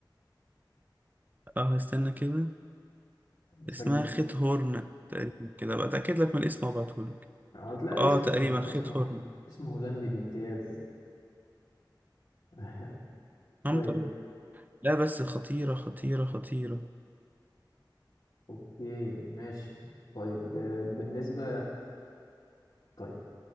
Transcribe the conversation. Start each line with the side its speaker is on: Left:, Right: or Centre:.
Right: آه استنى كده
Left: هسجل
Right: اسمها خيت هورن تقريبا كده بقى أتأكد لك من الاسم وأبعتهولك
Left: هتلاقي
Right: آه
Left: اسمه
Right: تقريبا خيت
Left: اسمه
Right: هورن
Left: اسمه هولندي بامتياز <laughs>
Right: آه
Left: طيب
Right: تقريبا لا بس خطيرة خطيرة خطيرة
Left: اوكي ماشي طيب آه، بالنسبة طيب